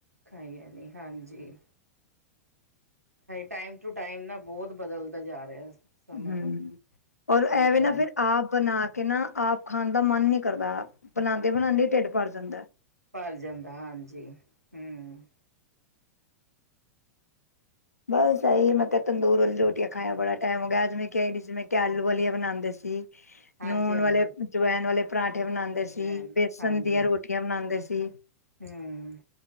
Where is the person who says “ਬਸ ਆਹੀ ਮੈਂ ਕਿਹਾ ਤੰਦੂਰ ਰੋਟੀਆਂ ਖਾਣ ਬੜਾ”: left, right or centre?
Left